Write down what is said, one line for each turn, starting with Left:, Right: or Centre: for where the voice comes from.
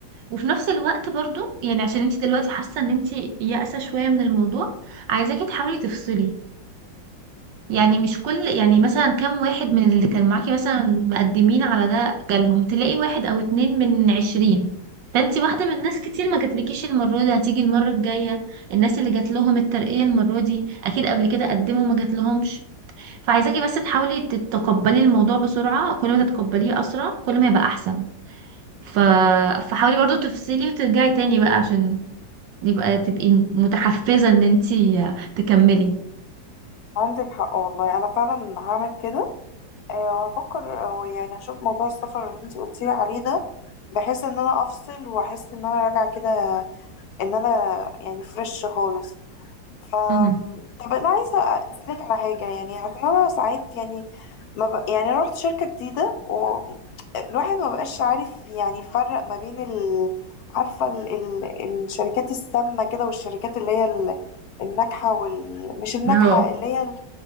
Right: وفي نفس الوقت برضو يعني عشان انت دلوقتي حاسة ان انت يائسة شوية من الموضوع عايزاكي تحاولي تفصلي يعني مش كل يعني مثلا كام واحد من اللي كان معاكي مثلا مقدمين على ده جالهم تلاقي واحد او اتنين من عشرين فانتي واحدة من ناس كتير ما جاتلكيش المرة دي هتيجي المرة الجاية الناس اللي جات لهم الترقية المرة دي اكيد قبل كده قدموا ما جاتلهمش فعايزاكي بس تحاولي تتقبلي الموضوع بسرعة كل ما تتقبليه اسرع كل ما يبقى احسن ف... فحاولي برضو تفصلي وترجعي تاني بقى عشان يبقى تبقي متحفزة ان انتي تكملي
Left: عندك حق والله انا فعلا هعمل كده آه، هفكر او يعني هشوف موضوع السفر اللي انت قلتيلي عليه ده بحيث ان انا افصل واحس ان انا راجعه كده ان انا يعني فريش خالص ف
Right: امم
Left: طب انا عايزه اسالك على حاجه يعني عشان انا ساعات يعني ما ب... يعني انا رحت شركه جديده والواحد ما بقاش عارف يعني يفرق ما بين ال... عارفه ال... ال... الشركات السامه كده والشركات اللي هي ال... الناجحه وال... مش الناجحه
Right: اهو
Left: اللي هي ال...